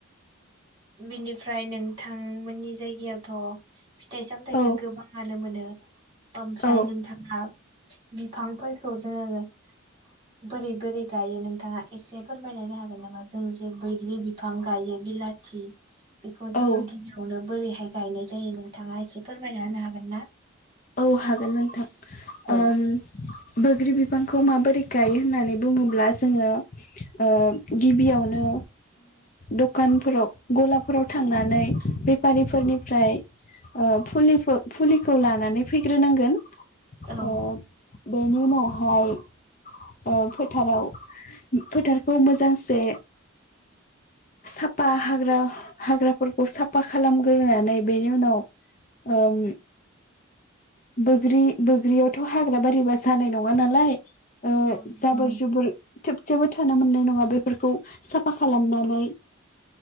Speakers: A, on the right (about 25°); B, on the left (about 40°).
A: बेनिफ्राय नोंथांमोननि जायगायावथ' फिथाइ सामथायाइखौ
B: औ
A: गोबाङानो मोनो <inaudible> ओमफ्राय
B: औ
A: नोंथाङा बिफांफोरखौ जोङो बोरै बोरै गायो नोंथाङा एसे फोरमायलायनो हागोन नामा जों जे बैग्रि बिफां गायो बिलाथि जि बेखौ
B: औ
A: जोङो गिबियावनो बोरै गायनाय जायो नोंथाङा एसे फोरमायना होनो हागोन ना
B: औ हागोन नोंथां
A: औ
B: ओम बैग्रि बिफांखौ माबोरै गायो होननानै बुङोब्ला जोङो ओ गिबियावनो दखानफोराव गलाफोराव थांनानै बेफारिफोरनिफ्राय फुलि फुलिखौ लानानै फैग्रोनांगोन
A: औ
B: अ बेनि उनावहाय ओ फोथाराव फोथारखौ मोजांसे साफा हाग्रा हाग्राफोरखौ साफा खालामग्रोनानै बेनि उनाव ओम बैग्रि बैग्रियावथ' हाग्रा बारिबा जानाय नङा नालाय ओ
A: औ
B: जाबोर
A: नंगौ
B: जुबोर थोबसेबो थानो मोननाय नङा बेफोरखौ साफा खालामनानै